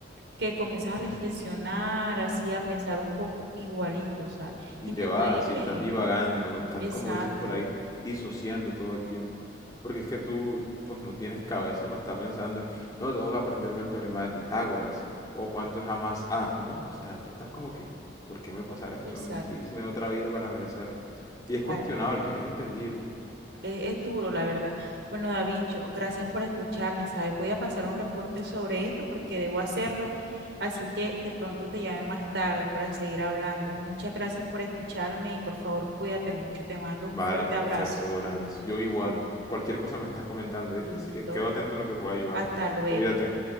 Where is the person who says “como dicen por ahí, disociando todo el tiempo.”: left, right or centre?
Left